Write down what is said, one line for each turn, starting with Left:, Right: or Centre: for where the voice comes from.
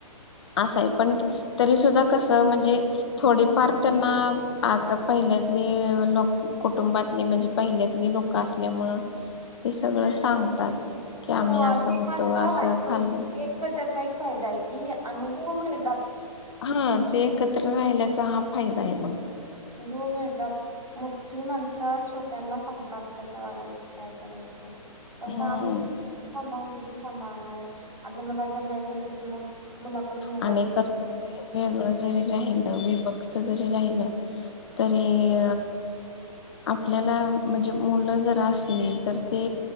Left: असाय पण तरी सुुद्धा कसं म्हणजे, थोडेफार त्यांना आता पहिल्यातली लोक कुटुंबातली म्हणजे पहिल्यातली लोकं असल्यामुळं ते सगळं सांगतात. की आम्ही
Right: हो <unintelligible>
Left: असं होतो
Right: एक <unintelligible>
Left: असं खाल्लं
Right: फायदा एक. कि अनुभव मिळतात.
Left: हा, ते एकत्र राहिल्याचा हा फायदा आहे बघ.
Right: अनुभव मिळतात, मोठी माणसं छोट्यांना सांगतात कसं वागायचं काय करायचं. तसं
Left: हम्म
Right: आम्ही नामांकित. सांभाळणार आहे. अगं मला जर नाही झालं तर मग, मुलाकड मोबाईल
Left: आणि
Right: द्यायचं
Left: कसं वेगळं
Right: आणि बसायचं
Left: जरी राहिलं विभक्त जरी राहिलं तरी, आपल्याला म्हणजे मुलं जर असली तर ते